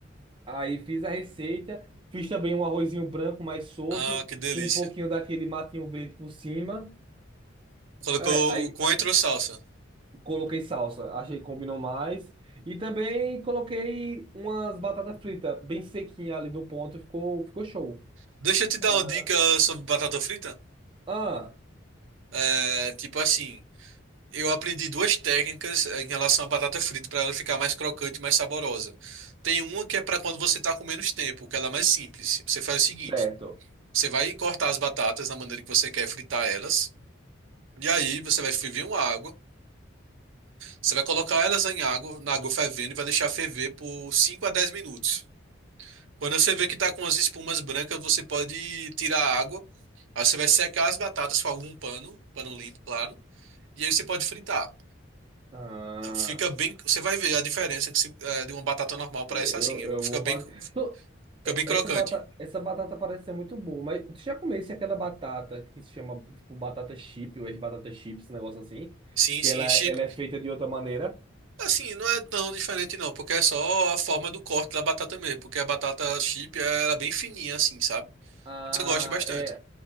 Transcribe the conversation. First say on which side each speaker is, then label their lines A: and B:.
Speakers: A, on the right; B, on the right.
A: Aí fiz a receita, fiz também um arrozinho branco mais solto,
B: Ah, que delícia.
A: com um pouquinho daquele matinho verde por cima.
B: Colocou
A: É, aí
B: coentro ou salsa.
A: coloquei salsa, achei que combinou mais. E também coloquei umas batatas fritas bem sequinha ali no ponto, ficou, ficou show.
B: Deixa eu te dar
A: Era-
B: uma dica sobre batata frita.
A: Ah,
B: É, tipo assim, eu aprendi duas técnicas eh, em relação à batata frita para ela ficar mais crocante e mais saborosa. Tem uma que é para quando você tá com menos tempo, que ela é mais simples. Você faz o seguinte:
A: certo.
B: você vai cortar as batatas na maneira que você quer fritar elas. E aí você vai ferver uma água, você vai colocar elas em água, na água fervendo e vai deixar ferver por 5 a 10 minutos. Quando você vê que tá com as espumas brancas, você pode tirar a água. Aí você vai secar as batatas com algum pano, pano limpo, claro. E aí você pode fritar.
A: Ah.
B: Fica bem, você vai ver a diferença que se- eh, de uma batata normal para
A: Eu,
B: essa assim,
A: eu
B: fica
A: vou
B: bem,
A: fazer. Tô-
B: fica
A: é-
B: bem crocante.
A: Essa batata, essa batata parece ser muito boa, mas tu já comesse aquela batata que se chama tipo batata chip, ou é batata chips, esse negócio assim?
B: Sim,
A: Que
B: sim,
A: ela,
B: chip.
A: é, ela é feita de outra maneira.
B: Assim, não é tão diferente não, porque é só a forma do corte da batata mesmo, porque a batata chip ela é bem fininha assim, sabe?
A: Ah,
B: Mas eu gosto bastante.
A: é.